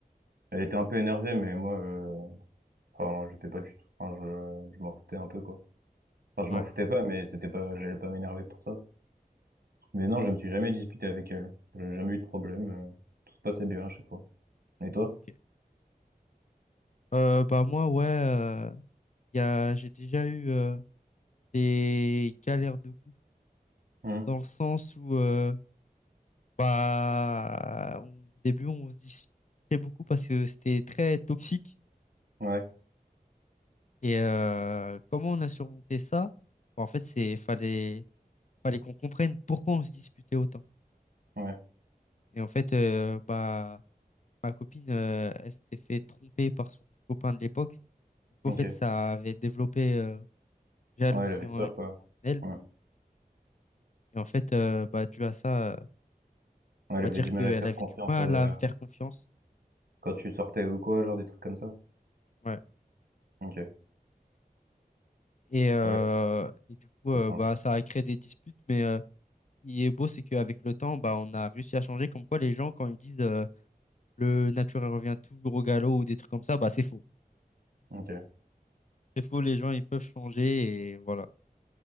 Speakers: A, on the right; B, on the left.
A: Elle était un peu énervée, mais moi, euh, enfin, j'étais pas du tout. Enfin, je, je m'en foutais un peu, quoi. Enfin, je
B: ouais,
A: m'en foutais pas, mais c'était pas, j'allais pas m'énerver pour ça. Mais non, je me suis jamais disputé avec elle. J'ai jamais eu de problème. euh, Tout se passait bien à chaque fois. Et toi?
B: ok. Euh, bah moi, ouais, euh, y a, j'ai déjà eu euh, des galères de couple.
A: Hum,
B: dans le sens où euh, bah on- au début on se disputait beaucoup parce que c'était très toxique
A: Ouais,
B: et euh, comment on a surmonté ça? Bah, en fait c'est fallait fallait qu'on comprenne pourquoi on se disputait autant
A: ouais,
B: et en fait euh, bah ma copine euh, elle s'était fait tromper par son copain de l'époque du coup
A: ok.
B: en fait ça avait développé euh, jalousie
A: Ouais, elle avait
B: en,
A: peur,
B: en
A: quoi.
B: elle
A: Ouais.
B: et en fait euh, bah dû à ça euh,
A: Ouais, elle
B: on
A: avait
B: va dire
A: du
B: qu'elle
A: mal à te faire
B: avait
A: confiance
B: du mal
A: euh,
B: à me faire confiance
A: quand tu sortais ou quoi, genre des trucs comme ça.
B: Ouais.
A: Ok.
B: Et, euh,
A: Ouais,
B: et du coup,
A: compréhension.
B: euh, bah, ça a créé des disputes, mais euh, il est beau, c'est qu'avec le temps, bah, on a réussi à changer. Comme quoi, les gens, quand ils disent euh, le naturel revient toujours au galop ou des trucs comme ça, bah, c'est faux.
A: Ok.
B: C'est faux, les gens, ils peuvent changer et voilà.